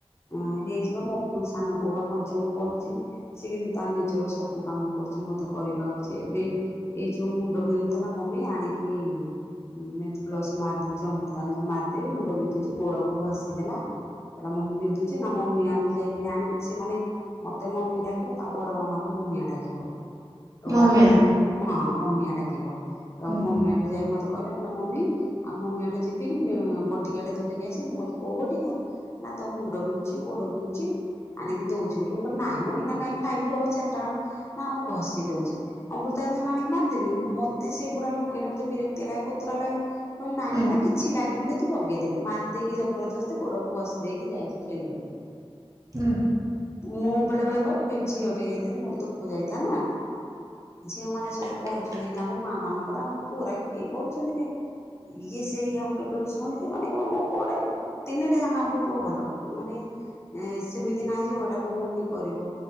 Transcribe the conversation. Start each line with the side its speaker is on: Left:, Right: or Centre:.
Left: ହଁ ହେଇଯିବ ମୋ ସାନ ପୁଅ ବା ପଞ୍ଚମ ପଢ଼ୁଚି। ସେ କିନ୍ତୁ ତା ନିଜର ସବୁ କାମ କରୁଚି ମତେ କରିବା ଆଉ କିଛି ଏବେ ଏଇ ଯୋଉ ମୁଣ୍ଡ ବିନ୍ଧୁଥିଲା ମମି ଆଣିକି ମେନ୍ଥପ୍ଲସ୍ ମାରିଦଉଛି ଅମୃତାଞ୍ଜନ ମାରିଦେ ମୁଣ୍ଡ ବିନ୍ଧୁଚି ଗୋଡ କୁ ଘଷି ଦେଲା। କଲା ମମି ବୁନ୍ଧୁଚି ନା ମମି ଆଠୁ ଯାଇକି ଆଣିବି ସେମାନେ ମତେ ମମି ଡାକିବ ତା ବଡ ମାମାଙ୍କୁ ମମିଆ ଡାକିବ। ତ
Right: ମମିଆ
Left: ଆଉ ମ ହଁ ମମିଆ ଡାକିବ। ତ
Right: ହୁଁ
Left: ମମିଆଠୁ
Right: ହୁଁ
Left: ଯାଇ ମତେ କହିଲା କଇଲା ମମି ଆଉ ମମିଆ ଠୁ ଯିବି କି ମୋ ବଟିକାଆଟେ ଧରିକି ଆସିମୀ। ମୁଁ କହିଲି କୋଉ ବଟିକା? ନା ତୋ ମୁଣ୍ଡ ବିନ୍ଧୁଚି ଗୋଡ ବିନ୍ଧୁଚି। ଆଣିକି ଦଉଚି ଗୋଟେ ମୁ କହିଲି ନାହିଁ ନାହିଁ ଇନା କଁ ଖାଇବି ରହ ଚାରିଟା ବଳୁ ନା ହଉ ଘଷି ଦଉଛି। ଅମ୍ବୁ ତଞ୍ଜନ ଆଣିକି ମାରିଦେବି। ମତେ ସେଗୁଡା ଲଗେଇଲେ ମତେ ବିରକ୍ତିଆ ଲାଗେ କୋତରା ଲାଗେ କଇଲି ନା
Right: ହୁଁ
Left: ନା ନା କିଛି ଲାଗିବନି। ତୁ ମଗେଇଦେଲୁ ମାଦିକି ଜବରଦସ୍ତ ଗୋଡକୁ ଘସି ଦେଇକି ଯାଇଚି ଖେଳିବାକୁ।
Right: ଉଁ।
Left: ମୁଁ ବେଳେବେଳେ କଏ ଏଇ ଝିଅ ଟିଏ ହେଇଥିଲେ ମୋର ଦୁଃଖ ଯାଇଥାନ୍ତା। ଝିଅମାନେ ସବୁ
Right: ହୁଁ।
Left: କରୁଛନ୍ତି କାମ ମା ମାନଙ୍କର ଆମ ପୁଅ ରା କିଏ କରୁଛନ୍ତି କାଇଁ। ଇଏ ସେଇ ଆଉ କେବେଠୁ ଶୁଣିଚି ମାନେ <unintelligible> ତିନିଟା ଯାଙ୍କ ଆମର ପୁଅ ଭଲ ମାନେ ସେମିତି ନାହିଁ ଯେ ହଁ ଏଟା ମୋ ମମି କରିବ।